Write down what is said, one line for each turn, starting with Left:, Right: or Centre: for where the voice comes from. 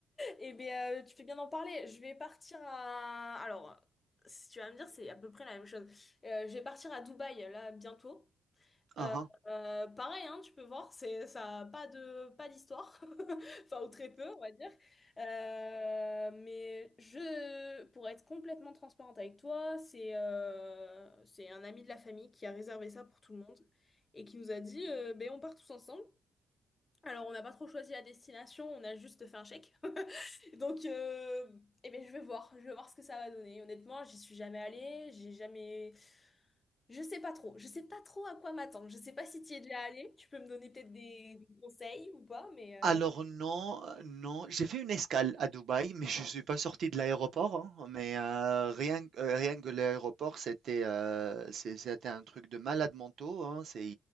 Left: Eh bien, tu fais bien d'en parler. Je vais partir à... Alors, si tu vas me dire, c'est à peu près la même chose. Euh, je vais partir à Dubaï, là, bientôt.
Right: Uhum.
Left: Euh, euh, pareil, hein, tu peux voir, c'est, ça a pas de, pas d'histoire, <laughs> enfin, ou très peu, on va dire. Euh, mais je, pour être complètement transparente avec toi, c'est euh, c'est un ami de la famille qui a réservé ça pour tout le monde et qui nous a dit, euh, ben, on part tous ensemble. Alors, on n'a pas trop choisi la destination, on a juste fait un chèque. <laughs> Donc, euh, eh ben, je vais voir, je vais voir ce que ça va donner. Honnêtement, j'y suis jamais allée, j'ai jamais. Je sais pas trop. Je sais pas trop à quoi m'attendre. Je sais pas si tu y es déjà allé. Tu peux me donner peut-être des, des conseils ou pas, mais...
Right: Alors
Left: euh,
Right: non, heu, non, j'ai fait une escale à Dubaï, mais je suis pas sorti de l'aéroport, hein, mais heu, rien que euh, rien que l'aéroport, c'était, heu, c'est c'était un truc de malade mentaux, hein. C'est